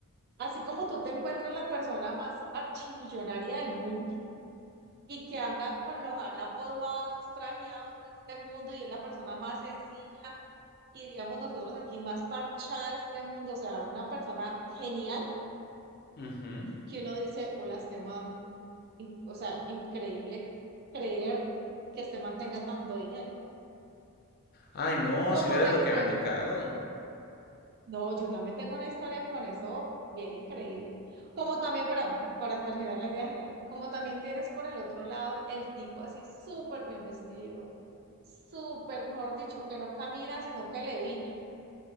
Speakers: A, on the right (about 45°); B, on the left (about 45°).
A: así como tú te encuentras la persona más archimillonaria del mundo, y que anda con los harapos más trajeados de este mundo y es la persona más sencilla y diríamos nosotros aquí más parchada de este mundo, o sea, una persona genial
B: Ujú.
A: que uno dice, hola, este man, in- o sea, increíble creer que este man tenga tanto dinero.
B: Ay, no,
A: ¿Cómo
B: si vieras
A: te
B: lo
A: encuentras
B: que me ha tocado.
A: No, yo también tengo una historia con eso bien increíble. Como también para mí, para terminar la idea general, como también tienes por el otro lado el tipo así súper bien vestido, súper, mejor dicho, que no camina, sino que levita